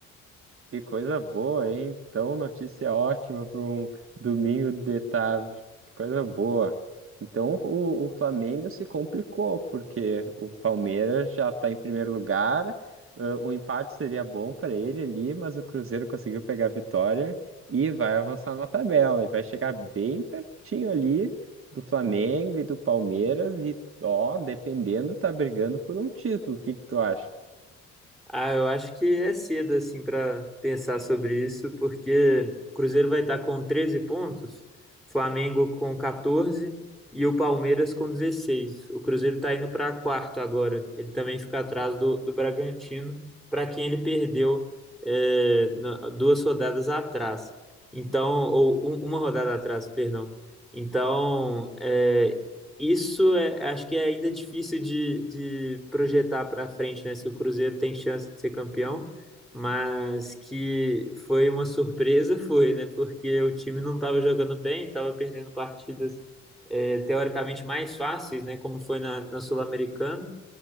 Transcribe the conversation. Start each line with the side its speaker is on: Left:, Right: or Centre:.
Right: Que coisa boa, hein? Então, notícia ótima para um domingo de tarde. Que coisa boa. Então, o, o Flamengo se complicou, porque o Palmeiras já está em primeiro lugar. ãh, o empate seria bom para ele ali, mas o Cruzeiro conseguiu pegar a vitória e vai avançar na tabela. E vai chegar bem pertinho ali do Flamengo e do Palmeiras. E, ó, dependendo, tá brigando por um título. O que que tu acha?
Centre: Ah, eu acho que é cedo assim para pensar sobre isso, porque o Cruzeiro vai estar com 13 pontos, Flamengo com 14 e o Palmeiras com 16. O Cruzeiro está indo para quarto agora. Ele também fica atrás do, do Bragantino, para quem ele perdeu é, na- duas rodadas atrás. Então, ou um- uma rodada atrás, perdão. Então, é, isso é, acho que é ainda difícil de, de projetar para frente, né? Se o Cruzeiro tem chance de ser campeão, mas que foi uma surpresa, foi, né? Porque o time não estava jogando bem, estava perdendo partidas é, teoricamente mais fáceis, né? Como foi na, na Sul-Americana,